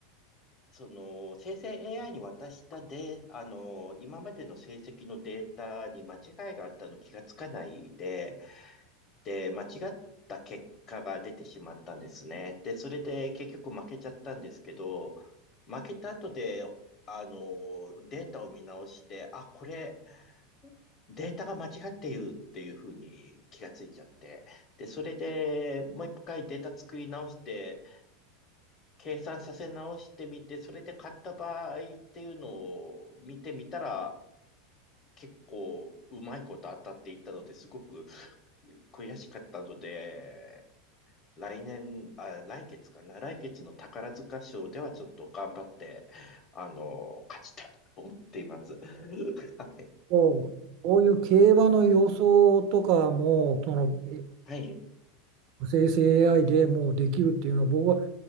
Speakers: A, on the left; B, on the right.
A: その、生成 AI に渡したで、あの、今までの成績のデータに間違いがあったの気がつかないで、て間違った結果が出てしまったんですね。で、それで結局負けちゃったんですけど、負けた後で、あの、データを見直して、あ、これ、データが間違っているっていうふうに気がついちゃって。で、それでもう一回データ作り直して、計算させ直してみて、それで買った場合っていうのを見てみたら、結構うまいこと当たっていったのですごく悔しかったので、来年、あ、来月かな、来月の宝塚賞ではちょっと頑張って、あの、勝ちたいと思っています。<laughs> は
B: そう、こういう競馬の予想とかも、そのえ
A: い、
B: 生成 AI でもうできるっていうのは、僕は、